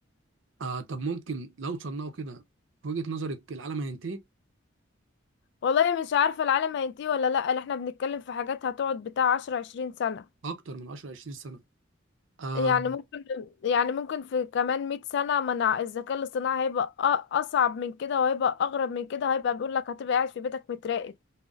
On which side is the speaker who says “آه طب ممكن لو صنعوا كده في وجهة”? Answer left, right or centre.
Right